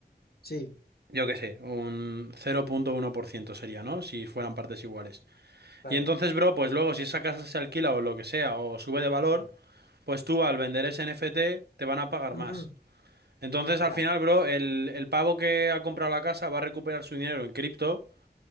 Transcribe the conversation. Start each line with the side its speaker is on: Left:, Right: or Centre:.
Left: sí,
Right: Yo qué sé, un 0.1% sería, ¿no? Si fueran partes iguales.
Left: claro,
Right: Y entonces, bro, pues luego si esa casa se alquila o lo que sea, o sube de valor,
Left: sí.
Right: pues tú al vender ese NFT te van a pagar
Left: ujú,
Right: más. Entonces,
Left: Ya,
Right: al final, bro, el, el pavo que ha comprado la casa va a recuperar su dinero en cripto.